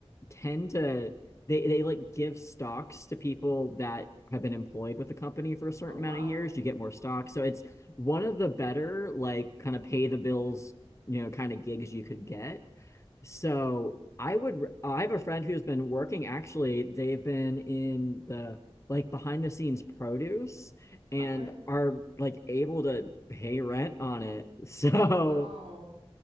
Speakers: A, on the left; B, on the right.
A: tend to they they like give stocks to people that have been employed with the company for a certain
B: Oh,
A: amount
B: wow.
A: of years. You get more stock, so it's one of the better like kind of pay the bills, you know, kind of gigs you could get. So I would, I have a friend who's been working, actually, they've been in the like behind the scenes produce and
B: Okay.
A: are like able to pay rent on it. <laughs> So
B: Wow.